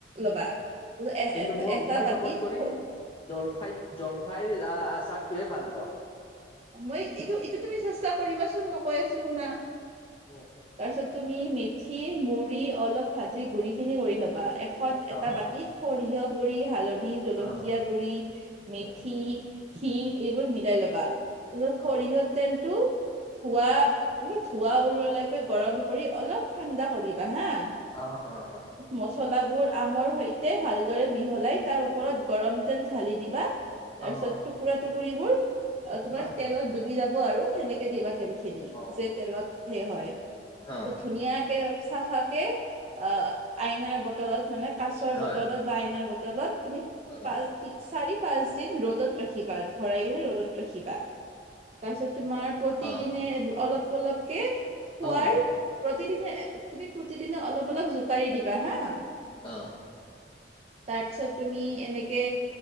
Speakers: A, on the right; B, on the left.
A: লবা এ এ
B: কিন্তু
A: এটা
B: মোৰ
A: এটা
B: মই
A: বতিত
B: চবত কৰি
A: স
B: জলফাইত জলফাইৰ আচাৰটোৱে ভাল পাওঁ
A: মই এইটো এইটো তুমি চেষ্টা কৰিবাচোন মই কৈ আছো শুনা
B: অ অ
A: তাৰপিছত তুমি নি থি মুড়ি অলপ ভাজি গুৰি খিনি কৰি ল'বা এখন এটা
B: অ
A: বাতিত সৰিয়হ গুৰি, হালধি, জলকীয়া
B: অ
A: গু়ৰি মেথি
B: উম
A: হিং এইবোৰ মিলাই ল'বা, তাৰপিছত
B: অ
A: সৰিয়হৰ তেলটো ধোঁৱা কিবা ধোঁৱা ওলোৱা লৈকে গৰম কৰি অলপ ঠাণ্ডা কৰিবা হা'।
B: অ', হ' হ'।
A: মচলাবোৰ আমৰ সৈতে ভালদৰে মিহলাই তাৰ ওপৰত গৰম তেল ঢালি দিবা। তাৰ
B: অ অ
A: পিছত টুকুৰা টুকুৰিবোৰ তোমাৰ
B: হয়
A: তেলত ডুবি যাব আৰু সেনেকে দিবা তেলখিনি।
B: অ
A: যে তেলত হেই হয়।
B: অ',
A: ধুনীয়াকে চাফাকে অ' আইনাৰ বটলত মানে কাঁচৰ
B: হয়,
A: বটলত বা আইনাৰ বটলত তুমি
B: অ',
A: পাঁচ দি চাৰি পাঁচ দিন ৰ'দত ৰাখিবা ভৰাই কিনে ৰ'দত ৰাখিবা। তাৰপিছত তোমাৰ প্ৰতিদিনে
B: অ',
A: অলপ অলপকে পুৱাৰ
B: অ',
A: প্ৰতিদিনে তুমি প্ৰতিদিনে অলপ অলপ জোকাৰি দিবা হা'।
B: অ'।
A: তাৰপিছত তুমি এনেকে